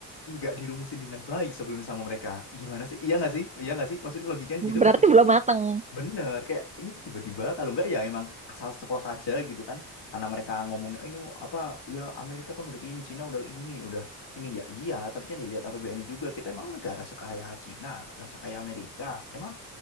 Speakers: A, on the left; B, on the right.
A: nggak dirumusin dengan baik sebelumnya sama mereka gimana sih iya nggak sih iya nggak sih maksudnya logikanya gitu
B: Berarti
A: nggak sih
B: belum matang.
A: Bener, kayak ini tiba-tiba kalau enggak ya emang asal ceplos aja gitu kan. Karena mereka ngomongnya ini apa ya Amerika kan udah kayak gini, Cina udah kayak gini, udah ini ya iya, tapi kan dilihat APBN-nya juga. Kita emang negara sekaya Cina, negara sekaya Amerika. Emang